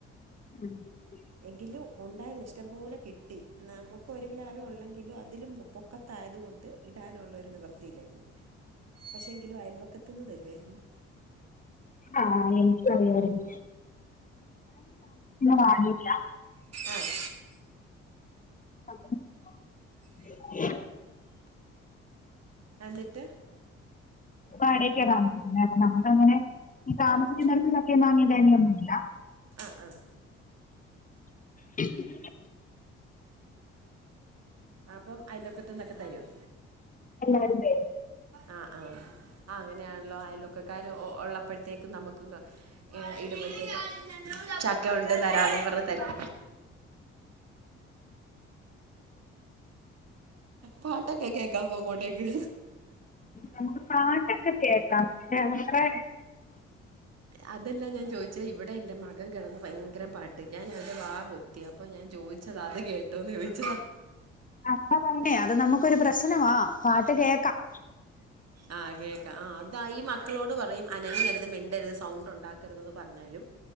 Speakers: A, on the left; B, on the right.
A: <inaudible>
B: എങ്കിലും ഉണ്ടായൽ ഇഷ്ടംപോലെ കിട്ടി- നമുക്ക് ഒരു പ്ലാവേ ഉള്ളെങ്കിലും അതിലും <unintelligible> ത്തായതു കൊണ്ട് ഇടാനുള്ള ഒരു നിവൃത്തില്ലായിരുന്നു പക്ഷെങ്കിലും അയൽവക്കത്തന്ന് തരുവായിരുന്നു
A: ആഹ് എനിക്കും അങ്ങനെയായിരുന്നു വാടകയ്ക്കാ
B: ആഹ്
A: <unintelligible>
B: എന്നിട്ട്
A: വാടകക്കാ താമസിക്കുന്ന് അപ്പൊ നമുക്ക് അങ്ങനെ ഈ താമസിക്കുന്നടത്ത്
B: ആഹ്
A: ചക്കിം മാങ്ങേ തേങ്ങയൊന്നുല്ല
B: ആഹ് ആഹ്
A: കു ക്
B: അപ്പം അയിലോക്കത്ത്ന്നൊക്കെ തരും
A: എല്ലാരും തരും
B: ആഹ് ആഹ് അങ്ങനെയാണല്ലോ അയലൊക്കെക്കാർ ഉള്ളപ്പോഴത്തേക്കും നമക്ക് ഈ ഇടുമ്പോക്കെക്കെ ചക്കയുണ്ട് തരാന്നും പറഞ്ഞ് തരും പാട്ടൊക്കെ കേക്കാവോ അങ്ങോട്ടേക്ക്
A: നമുക്ക് പാട്ടൊക്കെ കേക്കാം പക്ഷെ നമ്മടെ
B: അതെല്ലാ ഞാൻ ചോദിചെ ഇവിടെ എൻ്റെ മകൻ കിടന്ന് ഭയങ്കര പാട്ട് ഞാൻ അവൻ്റെ വാ പൊത്തി അപ്പൊ ഞാൻ ചോദിച്ചതാത് കേട്ടോന്ന് ചോദിച്ചതാ
A: അതാ പറഞ്ഞെ അത് നമുക്കൊരു പ്രശ്നവാ പാട്ട് കേക്കാം
B: ആ കേക്ക, ആ അതായി മക്കളോട് പറയും അനങ്ങരുത് മിണ്ടരുത് സൗണ്ട് ഉണ്ട് ഉണ്ടാക്കരുതെന്ന് പറഞ്ഞാലും